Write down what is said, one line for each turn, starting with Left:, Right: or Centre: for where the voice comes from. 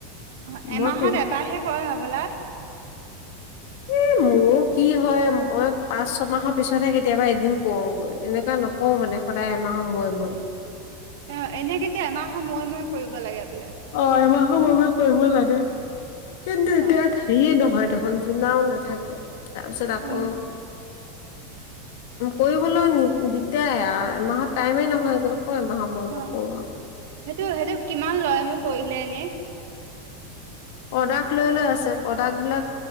Right: অ'এমাহত
Left: মই ফেচ
Right: এবাৰহে কৰে হবলাই।
Left: <inaudible> এ মোৰো কি হয় মই পাঁচ ছমাহৰ পিছতহে কেতিয়াবা এদিন কৰোগৈ এনেকুৱা নকওঁ কওঁ মানে সদায় এমাহৰ মোৰে মোৰে।
Right: অ' এনে কিন্তু এমাহৰ মোৰে মোৰে কৰিব লাগে। বোলে
Left: অ' এমাহৰ মোৰে মোৰে কৰিব লাগে কিন্তু
Right: অ
Left: এতিয়াত হেয়ে নহয়। দেখখন জোনাও নাথাকে তাৰ পিছত আকৌ
Right: উম
Left: কৰিবলৈ দিগ্দাৰি আৰু এমাহত টাইমে নহয়গৈ। ক এমাহৰ মূৰে মূৰে
Right: অ'
Left: কৰো আৰু।
Right: সেইটো সেইটো কিমান লয়নো কৰিলে এনে?
Left: প্ৰডাক্ট লৈ লৈ আছে প্ৰডাক্ট বিলাক।